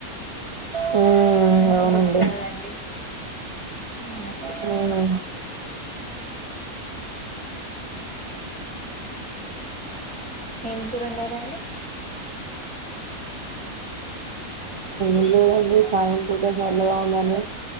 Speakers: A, on the right (about 30°); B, in the centre.
A: హ్మ్
B: మంచి
A: అవునండి
B: బుక్స్ చదవండి అవునండి
A: అవును
B: ఏం కూర ఓండారండి
A: లేదు అండి సాయంత్రం పూట చల్లగా ఉంది అని